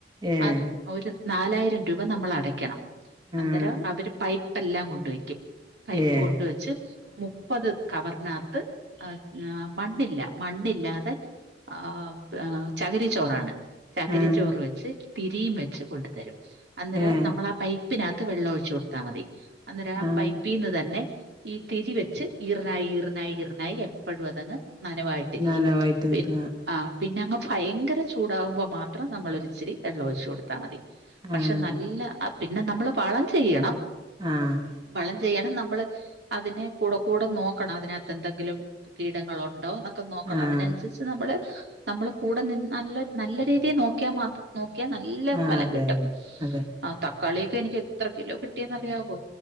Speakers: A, on the right (about 25°); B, on the right (about 65°).
A: ഏഹ്
B: ആഹ് ഒരു നാലായിരം രൂപ നമ്മൾ അടക്കണം അന്നേരം
A: ആഹ്
B: അവര് പൈപ്പെല്ലാം കൊണ്ട് വെക്കും പൈപ്പ്
A: ഏഹ്
B: കൊണ്ട് വെച്ച് മുപ്പത് കവർനാത്ത് ആഹ് മണ്ണില്ല മണ്ണില്ലാതെ ആഹ് ചകിരിച്ചോറാണ് ചകിരിച്ചോറ്
A: ആഹ്
B: വെച്ച് തിരിയും വെച്ച് കൊണ്ടു തരും അന്നേരം
A: ഏഹ്
B: നമ്മളാ പൈ പ്പിനകത്ത് വെള്ളം ഒഴിച്ചു കൊടുത്താൽ മതി അന്നേരം ആ
A: ആഹ്
B: പൈപ്പിൽ തന്നെ ഈ തിരിവെച്ച് ഈറിനായി ഈറിനായി ഈറിനായി എപ്പഴും അതങ്ങ് നനവായി രിക്കും
A: നനവായിട്ട്
B: പി
A: നിക്ക
B: ആഹ് പിന്നെ അങ്ങ് ഭയങ്കര ചൂടാവുമ്പം മാത്രം നമ്മളൊരിച്ചിരി വെള്ളൊഴിച്ച് കൊട് ത്താ മതി പക്ഷെ
A: ആഹ്
B: നല്ല പിന്നെ നമ്മള് വളം ചെയ്യണം
A: ആഹ്
B: വളം ചെയ്യണം നമ്മള് അതിനെ കൂടെ കൂടെ നോക്കണം അതിനകത്ത് എന്തെങ്കിലും കീടങ്ങളുണ്ടോ ന്നൊക്കെ നോക്കണം
A: ആഹ്
B: അതിനനുസരിച്ച്
A: ആഹ്
B: നമ്മള് നമ്മള് കൂടെനിന്ന് നല്ല നല്ല രീതിയിൽ നോക്കിയാ മാത്രം നോക്കിയാ നല്ല
A: ആഹ്
B: ഫലം
A: അതെ
B: കിട്ടും
A: അതെ അതെ
B: ആഹ് തക്കാളിയൊക്കെ എനിക്ക് എത്ര കിലോ കിട്ടിയെന്നറിയാവോ